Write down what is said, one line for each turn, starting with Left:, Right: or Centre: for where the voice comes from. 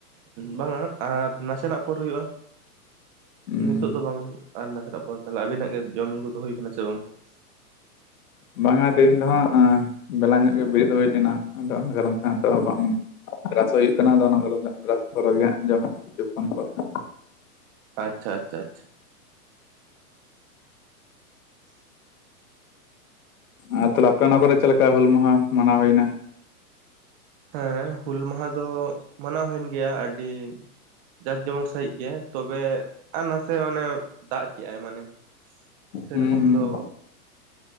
Right: ᱵᱟᱝᱟ ᱟᱨ ᱱᱟᱥᱮᱱᱟᱜ ᱯᱚᱨ ᱦᱩᱭᱩᱜᱼᱟ
Left: ᱩᱸ
Right: ᱱᱤᱛᱚᱜ ᱫᱚ ᱵᱟᱝ ᱟᱨ ᱱᱟᱥᱮᱱᱟᱜ ᱯᱚᱨ ᱛᱮ ᱟᱵᱤᱱᱟᱜ ᱜᱮ ᱡᱚᱢ ᱧᱩ ᱠᱚᱫᱚ ᱦᱩᱭ ᱟᱠᱟᱱᱟ ᱥᱮ ᱵᱟᱝ
Left: ᱵᱟᱝᱟ ᱛᱮᱦᱮᱧ ᱫᱚ ᱦᱟᱜ ᱵᱮᱞᱟ ᱧᱚᱜ ᱜᱮ ᱵᱮᱨᱮᱫ ᱦᱩᱭ ᱞᱮᱱᱟ ᱟᱫᱚ ᱚᱱᱟ ᱠᱟᱨᱚᱱ ᱛᱮ ᱱᱤᱛ ᱦᱚᱸ ᱵᱟᱝ ᱨᱟᱥᱚᱜ ᱦᱩᱭᱩᱜ ᱠᱟᱱᱟ ᱟᱫᱚ ᱚᱱᱟ ᱠᱚ ᱨᱟᱥᱚᱨᱚᱜ ᱜᱮ ᱦᱟᱜ ᱡᱚᱢ ᱦᱩᱭᱩᱜᱼᱟ ᱠᱤᱪᱷᱩ ᱠᱷᱚᱱ ᱯᱚᱨᱮ ᱦᱟᱸᱜ
Right: ᱟᱪᱪᱷᱟ ᱟᱪᱷᱟ ᱟᱪᱪᱷᱟ
Left: ᱟᱨ ᱛᱟᱦᱞᱮ ᱟᱯᱮ ᱚᱱᱟ ᱠᱚᱨᱮ ᱪᱮᱫᱞᱮᱠᱟ ᱦᱩᱞ ᱢᱟᱦᱟ ᱢᱟᱱᱟᱣ ᱦᱩᱭᱱᱟ
Right: ᱦᱮᱸ ᱦᱩᱞ ᱢᱟᱦᱟ ᱫᱚ ᱢᱟᱱᱟᱣ ᱦᱩᱭᱮᱱ ᱜᱮᱭᱟ ᱟᱹᱰᱤ ᱡᱟᱸᱠ ᱡᱚᱢᱚᱠ ᱥᱟᱹᱦᱤᱡ ᱜᱮ ᱛᱚᱵᱮ ᱟᱨ ᱱᱟᱥᱮ ᱢᱟᱱᱮ ᱫᱟᱜ ᱠᱮᱫᱟᱭ ᱢᱟᱱᱮ ᱥᱮᱨᱚᱠᱚᱢ
Left: ᱦᱩᱸ
Right: ᱫᱚ
Left: ᱦᱩᱸ